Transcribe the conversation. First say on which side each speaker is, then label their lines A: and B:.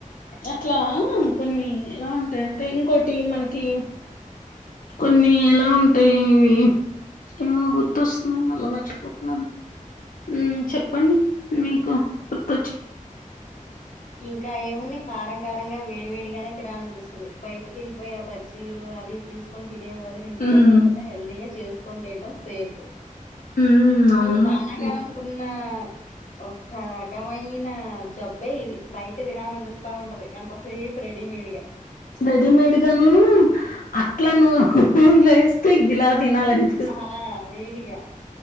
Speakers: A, on the left (about 80°); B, on the left (about 60°).
A: అట్లా కొన్ని ఎలా ఉంటాయంటే ఇంకోటి మనకి కొన్ని ఎలా ఉంటాయి ఇవి ఏమో గుర్తొస్తున్నాయి మళ్ళా మర్చి పోతున్నాను. ఉమ్ చెప్పండి మీకు గుర్తొచ్చు
B: ఇంకా ఏమున్నాయి కారం కారంగా వేడి వేడిగానే తినాలనిపిస్తుంది, బయటికి వెళ్ళిపోయి ఆ బజ్జీలు అవి తీసు కొని తినే బదులు ఇంట్లోనే
A: హ్మ్
B: ఏదైనా హెల్దీగా చేసుకొని తినటం సేఫ్.
A: హ్మ్ అవును
B: ఈ వానాకాలనికున్నా
A: హ్మ్.
B: ఒక్క రకమైన జబ్బే ఇది. బయట తినాలనిపిస్తా ఉంటది ఎంత సేపు రెడీమేడ్ గా.
A: రెడీమేడ్ గానును అట్లా ను స్పూన్లు వేస్తే ఇలా తినాలని
B: అలా వేడిగా